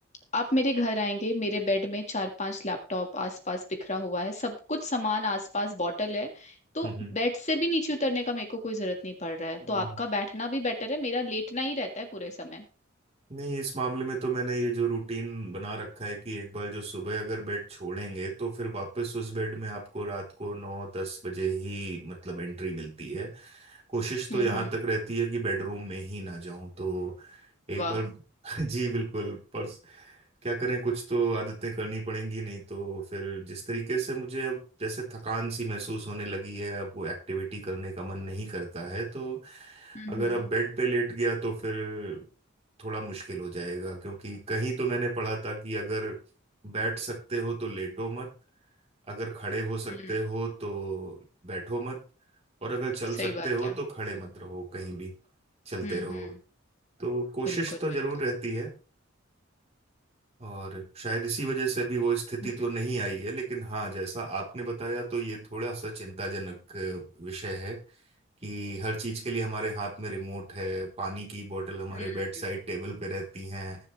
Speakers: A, on the left; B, on the right.
A: आप मेरे घर आएंगे मेरे बेड में चार पांच लैपटॉप आसपास बिखरा हुआ है सब कुछ सामान आसपास बॉटल है तो
B: हम्म,
A: बेड से भी नीचे उतरने का मेरे को कोई जरूरत नहीं पड़ रहा है
B: हम्म।
A: तो आपका बैठना भी बेटर है मेरा लेटना ही रहता है पूरे समय
B: नहीं इस मामले में तो मैंने ये जो रूटीन बना रखा है कि एक बार जो सुबह अगर बेड छोड़ेंगे तो फिर वापस उस बेड में आपको रात को नौ दस बजे ही मतलब एंट्री मिलती है कोशिश तो
A: हम्म
B: यहाँ
A: हम्म
B: तक रहती है कि बेडरूम में ही ना जाऊं तो एक
A: वाह
B: बार <laughs> जी बिल्कुल पर क्या करें कुछ तो आदतें करनी पड़ेंगी नहीं तो फिर जिस तरीके से मुझे अब जैसे थकान सी महसूस होने लगी है अब वो एक्टिविटी करने का मन नहीं करता है तो
A: हम्म
B: अगर
A: हम्म
B: अब बेड पे लेट गया तो फिर थोड़ा मुश्किल हो जाएगा क्योंकि कहीं तो मैंने पढ़ा था कि अगर बैठ सकते हो तो लेटो मत अगर खड़े हो सकते
A: हम्म,
B: हो तो बैठो मत और अगर चल
A: सही
B: सकते
A: बात
B: हो
A: है
B: तो खड़े मत रहो कहीं भी चलते
A: हम्म
B: रहो
A: हम्म
B: तो कोशिश
A: बिल्कुल
B: तो जरूर
A: बिल्कुल
B: रहती है और शायद इसी वजह से अभी वो स्थिति
A: हम्म
B: तो नहीं आई है लेकिन हाँ जैसा आपने बताया तो ये थोड़ा सा चिंताजनक अ, विषय है कि हर चीज के लिए हमारे हाथ में रिमोट है पानी की बोतल हमारे
A: हम्म
B: बेड साइड टेबल पे रहती हैं